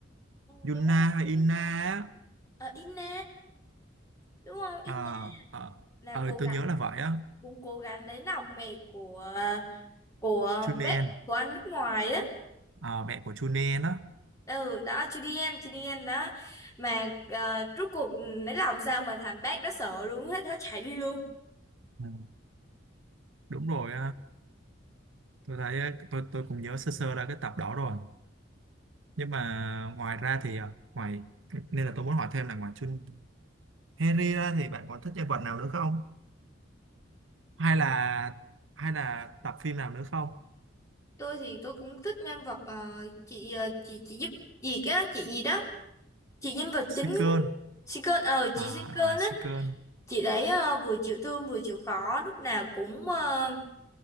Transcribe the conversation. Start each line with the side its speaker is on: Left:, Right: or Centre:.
Left: Ừ,
Right: Yuna
Left: đúng rồi,
Right: hay
Left: đúng rồi,
Right: Ina
Left: sao?
Right: á
Left: ờ Inna đúng không Inna
Right: à,
Left: là
Right: à,
Left: cố gắng
Right: tôi nhớ là vậy á
Left: cũng cố gắng lấy lòng mẹ của của
Right: Chunen
Left: bác của anh nước ngoài á
Right: à, mẹ của Chunen á
Left: ừ đó Julian Julian đó mà uh, rốt cuộc ừ, lấy lòng sao mà thằng bác đó sợ luôn hết nó chạy đi luôn
Right: ừ. đúng rồi tôi thấy á, tôi tôi cũng nhớ sơ sơ ra cái tập đó rồi nhưng mà ngoài ra thì à, ngoài nên là tôi muốn hỏi thêm là ngoài Chun Harry ra thì bạn có thích nhân vật nào nữa không hay là hay là tập phim nào nữa không
Left: tôi thì tôi cũng thích nhân vật ờ, chị ờ, chị chị giúp gì á chị gì đó chị nhân vật
Right: Seeker
Left: chính Sinclair ờ
Right: à,
Left: chị Sinclair
Right: à Seeker
Left: á chị đấy ờ, vừa chịu thương vừa chịu khó lúc nào cũng ờ,